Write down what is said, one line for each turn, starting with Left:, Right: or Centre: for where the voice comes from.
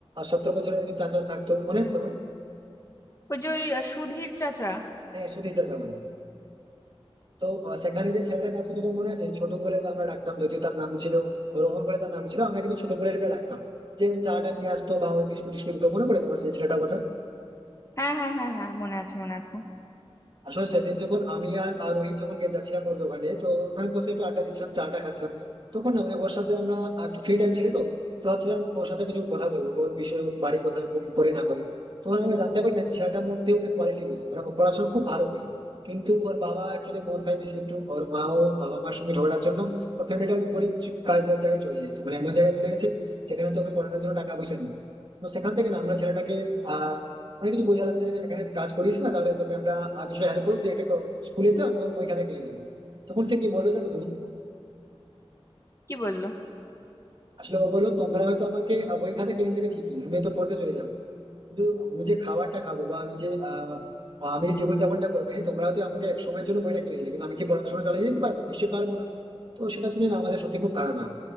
Right: সতেরো বছরের একজন চাচা থাকতো মনে আছে তোমার
Left: ওই যে ওই আহ, সুধীর চাচা
Right: হ্যাঁ সুধীর চাচা বলে তো আহ, সেখানে যে ছেলেটা কাজ করতো তোমার মনে আছে ছোট বলে আমরা ডাকতাম যদিও তার নাম ছিল রোহন বলে তার নাম ছিল আমরা কিন্তু ছোট বলে ডাকতাম যে চাটা নিয়ে আসতো বা ওই বিস্কুট টিস্কুট দিতো মনে পড়ে তোমার সেই ছেলেটার কথা
Left: হ্যাঁ হ্যাঁ হ্যাঁ হ্যাঁ মনে আছে মনে আছে
Right: আসলে সেদিন যখন আমি আর আর রোহিত যখন গে- যাচ্ছিলাম ওর দোকানে তো ওখানে বসে একটু আড্ডা দিচ্ছিলাম চাটা খাচ্ছিলাম তখন না মানে ওর সাথে আমরা আর একটু ফ্রি টাইম ছিল তো তো ভাবছিলাম ওর সাথে কিছু কথা বলবো ওর বিষয়ে ওর বাড়ি কোথায় ও কি করে না করে তখন আমরা জানতে পারি না যে ছেলেটার মধ্যে অনেক কোয়ালিটি রয়েছে মানে ও পড়াশোনা খুব ভালো করে কিন্তু ওর বাবা অ্যাকচুয়ালি মন খায় বেশি একটু ওর মা ও বাবা মার সঙ্গে ঝগড়ার জন্য ওর ফ্যামিলিটা অনেক গরিব জ- কাজ জায়গায় চলে গেছে মানে এমন জায়গায় চলে গেছে যেখানে তোকে পড়ানোর জন্য টাকা পয়সা নেই তো সেখান থেকে না আমরা ছেলেটাকে আহ অনেক কিছু বোঝালাম যে এখানে তুই কাজ করিস না তাহলে তোকে আমরা আহ, কিছু হেল্প করবো তুই একটা ক- স্কুলে যা আমরা তোকে বই খাতা কিনে দিবি তখন সে কি বললো জানো তুমি
Left: কি বললো
Right: আসলে ও বললো তোমরা হয়তো আমাকে আহ, বই খাতা কিনে দিবে ঠিকই আমি তো পড়তে চলে যাবো কিন্তু আমি যে খাবারটা খাবো বা আমি যে আহ আমি যে জীবনযাপনটা করবো হ্যাঁ তোমরা হয়তো আমাকে এক সময়ের জন্য বইটা কিনে দিলে কিন্তু আমি কি পড়াশোনা চালিয়ে যেতে পারবো নিশ্চয়ই পারবো না তো সেটা শুনে না আমাদের সত্যি খুব খারাপ না